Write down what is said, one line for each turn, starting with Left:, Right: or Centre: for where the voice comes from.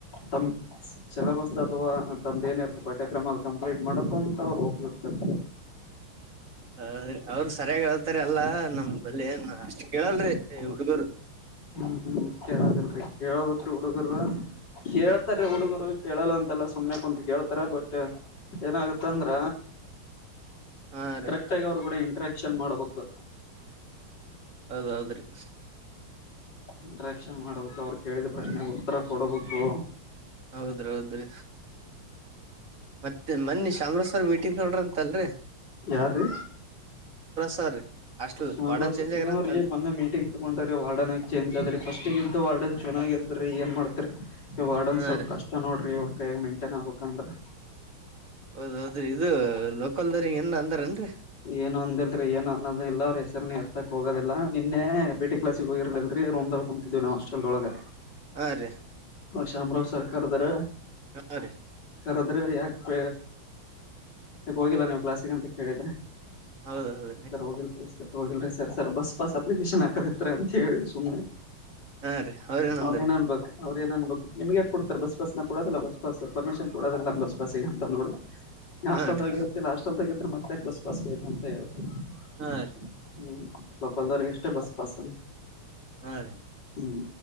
Left: ತಮ್ಮ ಚೆಲಗಸ್ತರ ತಮ್ದ ಏನ ಇರ್ತ ಪಠ್ಯಕ್ರಮ ಅದು ಕಂಪ್ಲೀಟ್ ಮಾಡಕ ಅಂತ ಅವ್ರು ಹೋಗ್ಬಿಡ್ತಾರೆ
Right: ಹೌದ್ರಿ ಅವ್ರ ಸರಿಯಾಗ ಹೇಳ್ತಾರ ಅಲ್ಲಾ ನಮ್ ಬಲ್ಲಿ ಅಷ್ಟ್ ಕೇಳಲ್ರಿ ಹುಡ್ಗರು
Left: ಹ್ಮ್ ಹ್ಮ್ ಕೇಳದಲ್ರರಿ ಕೇಳಬೇಕತ್ರಿ ಹುಡುಗರ ಕೇಳ್ತಾರ ಹುಡುಗರು ಕೇಳಲ್ಲ ಅಂತೆಲ್ಲ ಸುಮನೆ ಕುಂತ ಕೇಳ್ತಾರ ಬಟ್ ಏನಾಗತ್ತಂದ್ರ
Right: ಹಾ
Left: ಕರೆಕ್ಟ್
Right: ರೀ
Left: ಆಗಿ ಅವರು ಕೂಡ ಇಂಟ್ರಾಕ್ಷನ್ ಮಾಡ್ಬೇಕು
Right: ಹೌದೌದ್ರಿ
Left: ಇಂಟ್ರಾಕ್ಷನ್ ಮಾಡಬೇಕು ಅವ್ರು ಕೇಳಿದ ಪ್ರಶ್ನೆಗೆ ಉತ್ತರ ಕೊಡಬೇಕು
Right: ಹೌದ್ರಿ ಹೌದ್ರಿ ಮತ್ತೆ ಮೊನ್ನಿ ಶಾಮರ ಸರ್ ಮೀಟಿಂಗ್ ನೋಡ್ರ ಅಂತ ಅಲ್ರರಿ
Left: ಯಾರ ರೀ
Right: sir hostel
Left: Shamaraj
Right: warden change
Left: ನ್ರೀ
Right: ಆಗ್ಯಾರಂತಲ್ರಿ
Left: ಮೊನ್ನೆ ಮೀಟಿಂಗ್ ತ್ಕೊಂಡ್ರೀ ವಾರ್ಡನ್ ಆಗ ಚೇಂಜ್ ಅದ್ರರಿ ಫಸ್ಟಗ ಇದ್ದ ವಾರ್ಡನ್ ಚೆನ್ನಾಗ ಇದ್ರಿ ಏನ್ ಮಾಡ್ತರಿ ಇವ್ಡನ್
Right: ಹಾ
Left: ಸ್ವಲ್
Right: ರೀ
Left: ಕಷ್ಟ ನೋಡ್ರಿ ಇ್ರ ಕೈಗ ಮೈಂಟೈನ್ ಆಗ್ಬೇಕಂದ್ರೆ
Right: ಹೌದ್ ಹೌದ್ರಿ ಇದು ಲೋಕಲ್ದ್ರ ಏನ್ ಅಂದಾರೇನ್ರಿ
Left: ಏನು ಅಂದಲ್ರಿ ಏನು ಅನ್ನೋದಿಲ್ಲ ಅವ್ರ ಹೆಸರಿ ನೀ ಹತ್ತಕ್ ಹೋಗೋದಿಲ್ಲ ನಿನ್ನೆ ಎ ಪಿ ಟ ಕ್ಲಾಸ್ಗೆ ಹೋಗಿರ್ಲಲ್ರರಿ ರೂಮ್ದಲ್ಲಿ ಕುಂತ್ ಇ ನ ಹಾಸ್ಟಲ್ದೊಳಗೆ
Right: ಹಾ ರೀ
Left: ಹ ಶಾಮರಾವ್ ಸರ್ಕಾರದಾರ
Right: ಹಾ ರೀ
Left: ಹರದ್ರೆ ಯಾಕೆ ಪ ಯಾಕ ಹೋಗಿಲ್ಲ ನೀವು ಕ್ಲಾಸಕ್ ಅಂತ ಕೇಳಿದ್ರೆ
Right: ಹೌದೌದು
Left: ಸರ್ ಹೋಗಿಲ್ರಿ ಸರ್ ಹೋಗಿಲ್ರಿ sir sir bus pass application ಹಾಕದಿತ್ರ ಅಂತ ಹೇಳಿ ಸುಮನೆ
Right: ಹಾ ರೀ ಅವ್ರೇನ್
Left: ಅವ್ರ
Right: ಅಂದಾರಿ
Left: ಏನನ್ಬೇಕು <unintelligible> ಅವ್ರು ಏನನ್ ಬು ನಿಮಗೆ ಕೊಡ್ತ ಬಸ್ ಪಸ್ ಕೊಡದಲ್ಲ ಬಸ್ ಪಮಿಷನ್ ಕೊಡಿಲ್ಲ ನಮ್ಮ ಬಸ್ಗ ಅಂತ ನೋಡು <unintelligible> ಹಾಸ್ಲ್
Right: ಹಾ ರೀ
Left: ತೋಗಿರ್ತ್ತಿಲ್ಲ ಹಾಸ್ಟೆಲ್ ತೋಗಿದ್ರೆ ಮತ್ತ ಬಸ್ ಬಾಸ್ ಬೇಕ ಅಂತ ಹೇಳರು <unintelligible>
Right: ಹಾ ರ <unintelligible>
Left: ಹ್ಮ್ ಲೋಕಲ್ದವರ್ಗೆ ಎಷ್ಟೇ ಬಸ್ ಬಸನ್ <unintelligible>
Right: ಹಾಇ ರೀ <unintelligible>
Left: ಹ್ಮ್